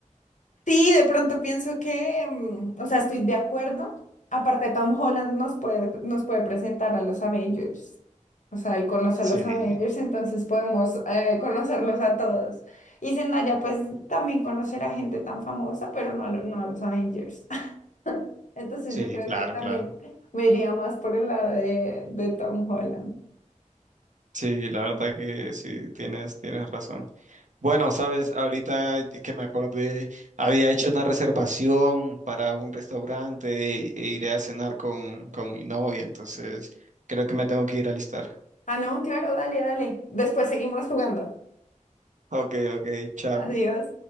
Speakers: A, on the left; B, on the right.
A: Sí, de pronto pienso que, mm, o sea, estoy de acuerdo. Aparte, Tom Holland nos puede, nos puede presentar a los Avengers. O sea, él conoce
B: Sí,
A: a los Avengers, entonces podemos eh, conocerlos a todos. Y Zendaya, pues, también conocerá gente tan famosa, pero no a lo- no a los Avengers. Entonces
B: sí,
A: yo creo
B: claro,
A: que también
B: claro.
A: me iría más por el lado de, de Tom Holland.
B: Sí, la verdad que sí, tienes, tienes razón. Bueno, sabes, ahorita que me acordé, había hecho una reservación para un restaurante e, e iré a cenar con, con mi novia, entonces creo que me tengo que ir a alistar.
A: Ah, no, claro, dale, dale. Después seguimos jugando.
B: Ok, ok, chao.
A: Adiós.